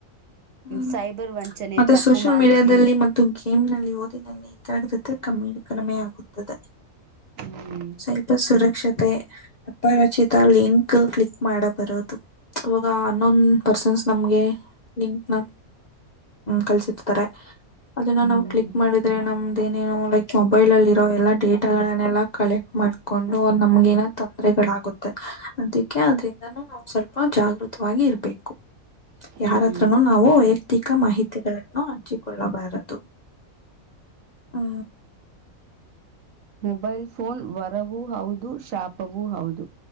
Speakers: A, on the left; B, on the right.
A: ಹ್ಮ್
B: ಸೈಬರ್ ವಂಚನೆ
A: ಮತ್ತೆ
B: ತಪ್ಪು
A: ಸೋಷಿಯಲ್
B: ಮಾಹಿತಿ
A: ಮೀಡಿಯಾದಲ್ಲಿ ಮತ್ತ ಗೇಮ್ ನಲ್ಲಿ ಓದಿನಲ್ಲಿ ಕಾಗ್ರತೆ ಕಮ್ಮಿ ಕಡಿಮೆ ಆಗುತ್ತದೆ
B: ಹ್ಮ್
A: ಸೈಬರ್ ಸುರಕ್ಷತೆ ಅಪರಚಿತ ಲಿಂಕ್ ಕ್ಲಿಕ್ ಮಾಡ ಬರದು ಅವವಾಗ ಅನ್ನೋನ್ ಪರ್ಸನ್ಸ್ ನಮ್ಗೆ ಲಿಂಕ್ ನ ಕಲ್ಸರ್ತಾರೆ ಅದನ್ನ
B: ಹ್ಮ್
A: ನಾವು ಕ್ಲಿಕ್ ಮಾಡಿದ ಆದ್ರೆ ನಮ್ದ ಏನೇನು ಲೈಕ್ ಮೊಬೈಲ್ ಅಲ್ಲಿ ಇರೋ ಎಲ್ಲಾ ಡೇಟಾಗಳನ್ನೆಲ್ಲಾ ಕಲೆಕ್ಟ್ ಮಾಡ್ಕೊಂಡು ನಮ್ಗೇನ ತೊಂದರೆ ತೊಂದರೆಗಳಾಗುತ್ತೆ ಅದಕ್ಕೆ ಅದ್ರಿಂದನೂ ನಾವು ಸ್ವಲ್ಪ ಜಾಗೃತವಾಗಿ ಇರ್ಬೇಕು
B: ಹ್ಮ್
A: ಯಾರತ್ರನು ನಾವು ವೈಯಕ್ತಿಕ ಮಾಹಿತಿಗಳನ್ನು ಹಂಚಿಕೊಳ್ಳಬಾರದು ಹ್ಮ
B: ಮೊಬೈಲ್ ಫೋನ್ ವರವೂ ಹೌದು ಶಾಪವೂ ಹೌದು